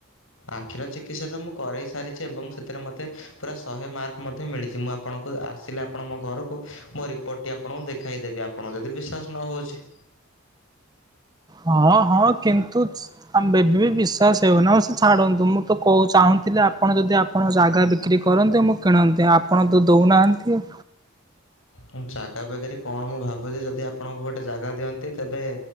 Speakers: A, on the left; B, on the right.
A: ଆଖିର ଚିକିତ୍ସା ତ ମୁଁ କରେଇ ସାରିଛି ଏବଂ ସେ ସେଥିରେ ମତେ ପୁରା ଶହେ ମାର୍କ ମଧ୍ୟ ମିଳିଚି। ମୁଁ ଆପଣଙ୍କୁ ଆସିଲେ ଆପଣ ମୋ ଘରକୁ, ମୋ ରିପୋର୍ଟ ଟି ଆପ ଆପଣଙ୍କୁ ଦେଖାଇଦେବି। ଆପଣଙ୍କ ଯଦି ବିଶ୍ୱାସ ନ ହଉଛି
B: ହଁ ହଁ କିନ୍ତୁ ଆମ ଏବେ ବି ବିଶ୍ଵାସ ହେଉନି। ସେ ଛାଡନ୍ତୁ ମୁଁ ତ କହୁ ଚାହୁଁ ଥିଲେ ଆପଣ ଯଦି ଆପଣଙ୍କ ଜାଗା ବିକ୍ରି କରନ୍ତେ, ମୁଁ କିଣନ୍ତି। ଆପଣ ତ ଦଉନାହାଁନ୍ତି ଆଉ।
A: ହ ଜାଗା ବିକ୍ରି କଣ ମୁଁ ଭାବୁଛି ଯଦି ଆପଣଙ୍କୁ ଗୋଟେ ଜାଗା ଦିଅନ୍ତି, ତେବେ